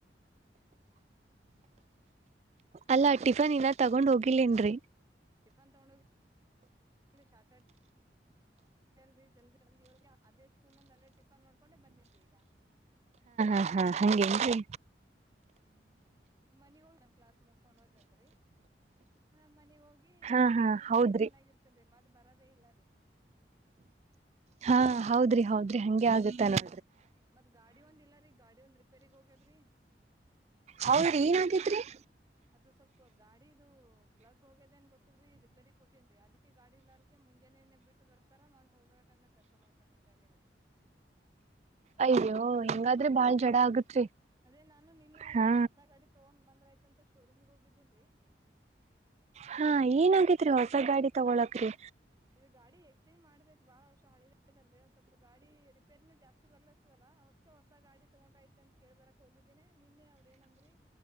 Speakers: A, on the right; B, on the right.
A: ಹಾ
B: ಅಲ್ಲಾ ಟಿಫನ್ ನ ತಗೊಂಡ್ ಹೋಗಿಲನ್ರಿ
A: ಟರಿಫನ್ ತಗೊಂಡ ಹೋಗಿ ಅ ಶ್ಯಾಟರಡೆ ಲ್ರಿ ಜಲ್ದಿ ಜಲ್ದಿಳಗೆ ಅದೇ ಸ್ಕೂಲ್ ನಂದ ಅಲ್ಲೇ ಟಿಫನ್ ಮಾಡ್ಕೊಂಡೆ ಬಂದಿದಿ ಈಗ
B: ಹಂಗೆ ಹೇನ್ರಿ
A: ನಿ್ <unintelligible> ಮನ ಹೋಗದ್ ನಮ್ ಕ್ಲಾಸ್ ಮುಗಸ್ಕೊಂಡ್ ಹೋದ್ನನ್ರಿ ಹಾ ಮನಗ್ ಹೋಗಿಊಟ
B: ಹಾ ಹಾ
A: ಗೀಟಾ
B: ಹೌದ್ರಿ
A: ಮಾಡಿ ಮನ್ಯಾಗ ಇರ್ತೇನ್ ಮತ ಬರದೇ ಇಲ್ಲ ರೀ
B: ಹಾ ಹೌದ್ರಿ ಹೌದ್ರಿ ಹಗೆ ಆಗತ್ತ ನೋ
A: ಮತ್ ಗಾಡಿ ಒಂದ ಇಲ್ಲ ರೀ ಗಾಡಿ ಒಂದ್ ರಿಪೇರಿಗ್ ಹೋಗ್ಯದ್ರಿ
B: ಹೌದ್ರಿ
A: ಹ್ಮ
B: ಏನಾಗೇತ್ರಿ
A: ಅದು ಸ್ವಲ್ಪ ಗಾಡಿದ ಪ್ಲಗ್ ಹೋಗ್ಯದೇನ್ ಗೊತ್ತ ರಿ ರಿಪೇರಿ ಕೊಟ್ಟೇನ್ರಿ ಅದ್ಕ್ಕೆ ಗಾಡಿ ಇಲ್ಲಾರಕ್ಕೆ ಮುಂಜಾನೆನೆ ಬಿಟ್ಟು ಬರ್ತಾರ ಹೋಗೋ ಟೈಮ್ನಾಗ ಕರ್ಕೊಂಡ್ ಹೋಗ್ತಾರ ಹಿಂಗಗಾದ್ರೆ
B: ಅಯ್ಯೋ ಹೆಂಗಾದ್ರೆ ಬಾಳ್ ಜಡ ಆಗತ್ರಿ
A: ಅದೇ ನಾನು ನಿನ್ನೆ ಒಂದ್
B: ಹಾ
A: ಸ್ವಲ್ಪ ಹೊಸ ಗಾಡಿ ತೊಗೊಂಡ್ ಬಂದ್ರ ಆ್ತಂತ ಶೋರೂಮಗ್ ಹೋಗಿದ್ದೀನ್ರರಿ
B: ಹಾ ಏನಾಗೇತರಿ ಹೊಸ
A: ಓ
B: ಗಾಡಿ ತಗೊಳಕ್ರಿ
A: ಇದು ಗಾಡಿ ಎಕ್ಸ್ಚೇಂಜ್ ಮಾಡ ಬಹಳ ವರ್ಷ ಹಳಿದದಲ್ರಿ ಒಂದ್ ಸ್ವಲ್ಪ ಗಾಡಿ ರಿಪೇರ್ ನನು ಜಾಸ್ತಿ ಬರ್ಲತದಲ್ಲ ಅವ್ಕ ಹೊಸ ಗಾಡಿ ತಗೊಂಡ್ರೆ ಆತ್ ಅಂತ ಕೇಳಳ್ ಬರಕ್ ಹೋಗಿದ್ದೇನೆ ನಿನ್ನೆ ಅವ್ರ ಏನಂದ್ರೀ